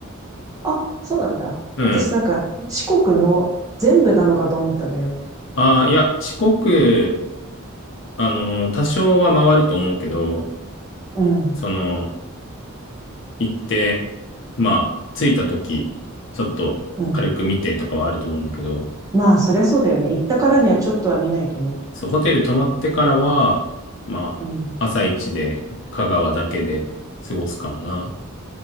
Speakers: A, on the right (about 15°); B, on the left (about 60°).
A: あ、そうなんだ。
B: うん。
A: 私なんか、四国の全部なのかと思ったのよ。
B: あ、いや、四国、あの、多少は回ると思うけど、
A: うん、
B: その、行って、まあ、着いた時、ちょっと軽く見てとかはあると思うんだけど、
A: うん。まあ、そりゃそうだよね。行ったからにはちょっとは見ないとね。
B: そう、ホテル泊まってからは、まあ、
A: うん。
B: 朝一で香川だけで過ごすかもな。